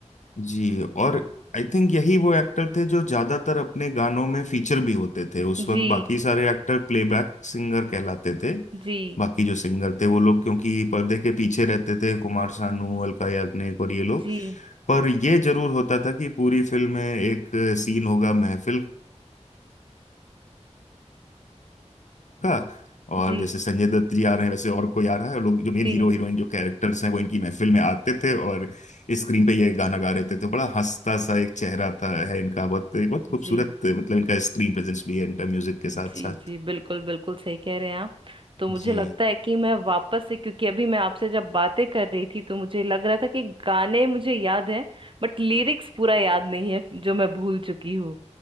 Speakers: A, on the left; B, on the right.
A: जी और आई थिंक यही वो एक्टर थे जो ज्यादातर अपने गानों में फीचर भी होते थे उस
B: जी
A: वक्त बाकी सारे एक्टर प्लेबैक सिंगर कहलाते थे
B: जी
A: बाकी जो सिंगर थे वो लोग क्योंकि पर्दे के पीछे रहते थे कुमार सानू अलका याग्निक और ये लोग
B: जी
A: पर ये जरूर होता था कि पूरी फिल्म में एक सीन होगा महफिल का और
B: जी
A: जैसे संजय दत्त जी आ रहे हैं वैसे और कोई आ रहा है और लोग जो मेन
B: जी
A: हीरो हीरोइन जो कैरेक्टर्स हैं वो इनकी महफिल में आते थे और स्क्रीन पे ये गाना गा रहे होते थे बड़ा हंसता सा एक चेहरा था है इनका बहुत बहुत खूबसूरत
B: जी
A: मतलब इनका स्क्रीन प्रेजेंस भी है इनका म्यूजिक के
B: जी
A: साथ साथ
B: जी बिल्कुल बिल्कुल सही कह रहे हैं आप तो मुझे
A: जी
B: लगता है कि मैं वापस से क्योंकि अभी मैं आपसे जब बातें कर रही थी तो मुझे लग रहा था कि गाने मुझे याद हैं बट लिरिक्स पूरा याद नहीं है जो मैं भूल चुकी हूँ